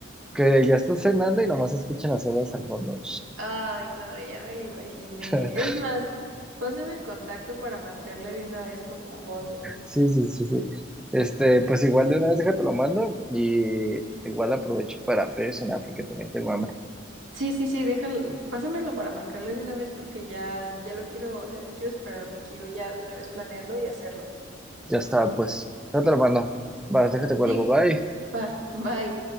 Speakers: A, in the centre; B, on the right (about 75°).
A: Que ya estás cenando y nomás escuchan las olas al fondo.
B: Ay, no, ya me lo imaginé.
A: <laughs>
B: Es más, pásame el contacto para marcarle de una vez, por favor.
A: Sí, sí, sí, sí. Este, pues igual de una vez déjate lo mando y igual aprovecho para pedir cenar porque también tengo hambre.
B: Sí, sí, sí, déjalo, pásamelo para marcarle de una vez porque ya, ya lo quiero, o sea, no quiero esperarme, quiero ya de una vez planearlo y hacerlo.
A: Ya está, pues, ya te lo mando. Vale, déjate cuelgo,
B: Sí,
A: bye.
B: va, bye.